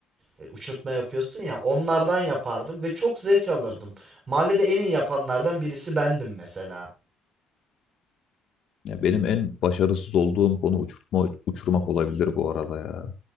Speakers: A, on the right; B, on the left.
A: e, uçurtma yapıyorsun ya onlardan yapardım ve çok zevk alırdım. Mahallede en iyi yapanlardan birisi bendim mesela.
B: Ya benim en başarısız olduğum konu uçurtma, uçurmak olabilir bu arada ya.